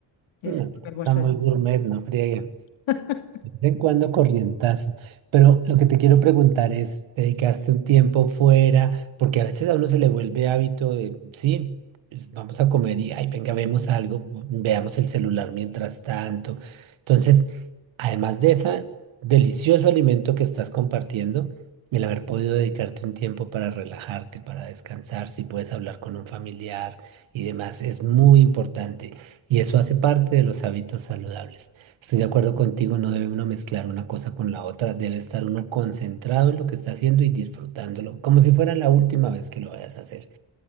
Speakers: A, on the left; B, on the right.
A: Ese
B: No,
A: fue
B: pues,
A: mi almuerzo.
B: está muy gourmet, no friegue.
A: <laughs>
B: De vez en cuando corrientazo. Pero lo que te quiero preguntar es, ¿dedicaste un tiempo fuera? Porque a veces a uno se le vuelve hábito de, sí, pues, vamos a comer y, ay, venga, vemos algo, veamos el celular mientras tanto. Entonces, además de ese delicioso alimento que estás compartiendo, el haber podido dedicarte un tiempo para relajarte, para descansar, si puedes hablar con un familiar y demás, es muy importante. Y eso hace parte de los hábitos saludables. Estoy de acuerdo contigo, no debe uno mezclar una cosa con la otra, debe estar uno concentrado en lo que está haciendo y disfrutándolo, como si fuera la última vez que lo vayas a hacer.